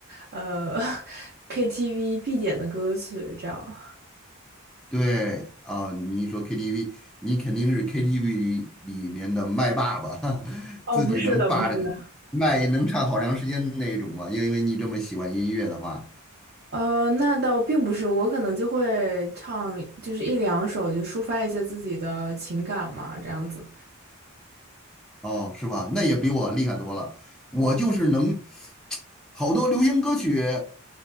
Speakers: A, on the right; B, in the centre.
A: 呃，KTV <laughs> 必点的歌曲这样。
B: 对啊，你一说 KTV，你肯定是 KTV 里里面的麦霸吧？<laughs>
A: 哦，
B: 自己能霸着
A: 不是的，不是的，
B: 麦能唱好长时间的那种吧？因为你这么喜欢音乐的话，
A: 呃，那倒并不是，我可能就会唱，就是一两首，就抒发一下自己的情感嘛，这样子。
B: 哦，是吧？那也比我厉害多了。我就是能好多流行歌曲，